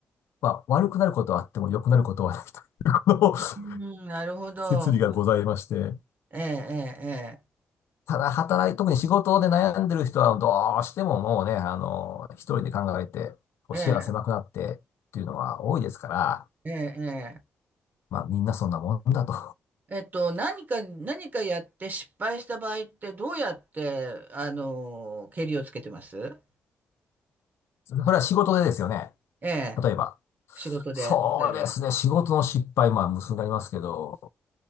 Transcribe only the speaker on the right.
うん、
なるほど。
ええ、
ええ、ええ、ええ、ええ。
えっと、何か、何かやって失敗した場合ってどうやって、あの、ケリをつけてます
ええ、
仕事で。
例えば